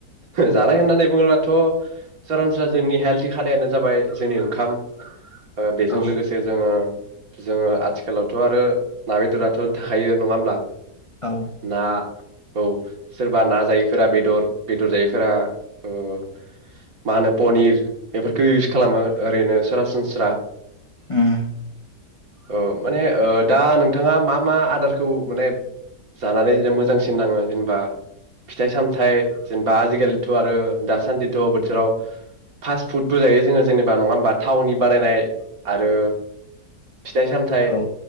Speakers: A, on the right; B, on the left.
A: जानाय होननानै बुङोबाथ सरसनस्रा जोंनि हेल्थ खानायानो जाबाय जोंनि ओंखाम। ओ बेजों
B: औ
A: लोगोसे जोङो जोङो आथिखालावथ आरो ना बेदराथ थाखायो। नङा होमब्ला?
B: औ
A: ना औ सोरबा ना जायैफोरा बेदर बेदर जायैफोरा उम मा होनो पनिर बेफोरखौ इउस खालामो ओरैनो सरासनस्रा
B: उम
A: औ माने दा नोंथाङा मा मा आदार खौ माने जानानै जेनेब मोजांसिन नाङो जेनेबा फिथाइ सामथाइ जेनेबा आजिखालिथ आरो दासान्दिथ बोथोराव फास‌फुदबो जायो जोङो जेनेबा नङा होमबा थावनि बानायनाय आरो फिथाइ सामथाय
B: औ